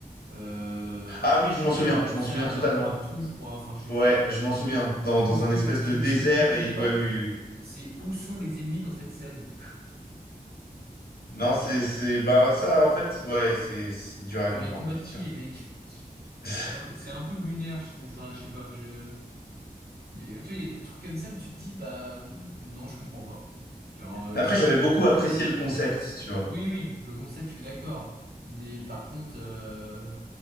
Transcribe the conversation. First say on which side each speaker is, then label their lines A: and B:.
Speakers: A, on the right; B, on the left.
A: euh,
B: Ah oui, je m'en souviens,
A: avec du
B: je m'en
A: sable
B: souviens totalement.
A: un peu partout, je crois. Enfin, je sais
B: Ouais,
A: plus.
B: je m'en souviens. Dans, dans
A: Sauf que
B: un espèce
A: je,
B: de désert
A: ce que je comprenais
B: et
A: pas,
B: ouais, oui, oui. oui.
A: c'est où sont les ennemis dans cette scène?
B: Non, c'est, c'est, bah ça en fait, ouais, c'est, c'est dur à
A: Genre,
B: comprendre
A: ils combattent
B: effectivement.
A: qui, les mecs? <laughs>
B: <laughs>
A: Ouais, C'est un peu lunaire, je trouve. Enfin, je sais pas, je. Y- a- Tu vois, il y a des trucs comme ça où tu te dis, bah, mm, non, je comprends pas. Genre, euh,
B: Après,
A: je-
B: j'avais beaucoup apprécié le concept, tu vois.
A: oui, oui, le concept, je suis d'accord. Mais par contre, euh,